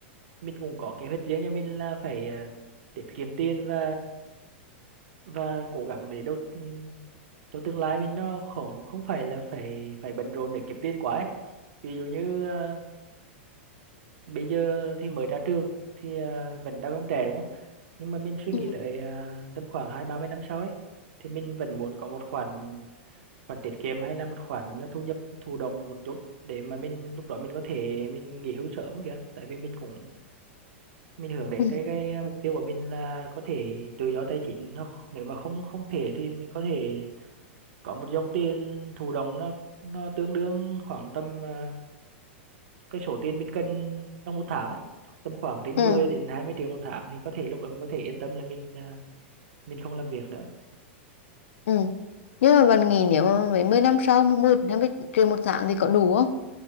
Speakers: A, on the right; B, on the left.
A: mình cũng có kế hoạch riêng cho mình là phải à, tiết kiệm tiền và và cố gắng để đầu ừm, cho tương lai mình nó không không phải là phải phải bận rộn để kiếm tiền quá ấy. Ví dụ như ờ, bây giờ thì mới ra trường thì à, vẫn đang còn trẻ đúng không nhưng mà mình suy
B: ừ.
A: nghĩ tới à, tầm khoảng hai ba mươi năm sau ấy thì mình vẫn muốn có một khoản khoản tiết kiệm hay là một khoản à, thu nhập thụ động một chút để mà mình lúc đó mình có thể mình nghỉ hưu sớm kìa tại vì mình cũng mình hướng đến
B: ừ
A: cái cái mục tiêu của mình là có thể tự do tài chính hoặc nếu mà không không thể thì mình có thể có một dòng tiền thụ động nó nó tương đương khoảng tầm à, cái số tiền mình cần trong một tháng ấy tầm khoảng trên
B: ừ
A: 10 đến 20 triệu một tháng thì có thể lúc đó mình có thể yên tâm là mình à, mình không làm việc nữa
B: ừ. nhưng mà bạn nghĩ nếu mà mấy mươi năm sau mà 10 50 triệu một tháng thì có đủ không